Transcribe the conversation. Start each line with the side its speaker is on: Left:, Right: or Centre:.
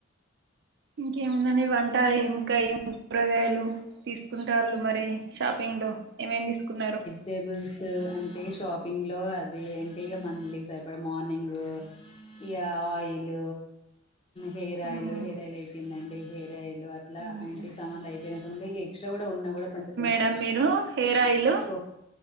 Right: ఇంకేముందండి వంట ఎంకాయ్ కూరగాయ్లు తీస్కుంటాళ్ళు మరి షాపింగ్లో ఏమేమ్ తీస్కున్నారు
Left: టేబుల్స్ అంటే షాపింగ్లో అది ఎంటిక మళ్ళీ సరిపడా మార్నింగ్ ఇ ఆయిల్ హెయిర్ ఆయిల్
Right: ఉమ్
Left: హెయిర్ ఆయిల్ అయిపోయిందండి హెయిర్ ఆయిల్ అ ఇట్లా
Right: ఉమ్
Left: ఇంటి సామాన్లు అయిపోయి సమా ఎక్సట్రా కూడా ఉన్నా కూడా కొంచం
Right: దమ్ మీరు హెయిర్ ఆయిల్
Left: కోక్